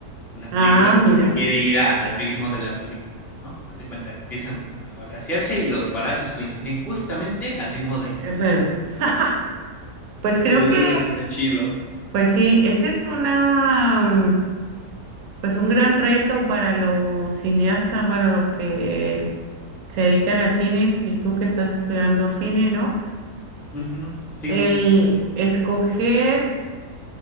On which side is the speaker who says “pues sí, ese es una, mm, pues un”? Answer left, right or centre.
Right